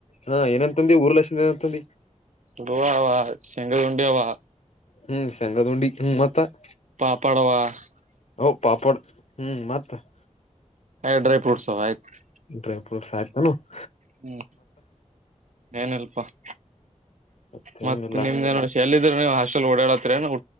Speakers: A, on the left; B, on the right.
A: ಹಾ, ಏನುಅನುತ್ತ, ಅಂದಿ, ಊರು, ಲಕ್ಷ್ಮಿ, ಅನುತಾಂಧಿ? <unintelligible>
B: ಗೋವಾ, ಆವಾ! ಸೆಂಗಲ್, ಉಂಡಿ, ಆವಾ? <inaudible>
A: ಹ್ಮ್, ಸೆಂಗಲ್, ಉಂಡಿ, ಮತ್ತೆ? <inaudible>
B: ಪಾಪಾಡವಾ? <inaudible>
A: ಹೂ, ಪಾಪಡ್ ಹ್ಮ್ ಮತ್ತೆ? <inaudible>
B: ಏ, ಡ್ರೈಫ್ರೂಟ್ಸ್, ಅಲ್ವಾ, ಅಯ್ತು? <inaudible>
A: ಡ್ರಿಫ್ಯೂಟ್ಸ್, ಅಕುತಾನ, ಅವ? <inaudible>
B: ಹ್ಮ, ಏನು ಇಲ್ಲಪ್ಪ? <inaudible>
A: ಮತ್ತೇನಿಲ್ಲ
B: ಮತ್ತತ್, ನಿಮ್ದೇನು, ಎಲ್ಲಿದ್ರೆ! ನೀವು ಹಾಸ್ಟೆಲ್, ಓಡಾಡ್ತೀರ! ಏನು? <inaudible>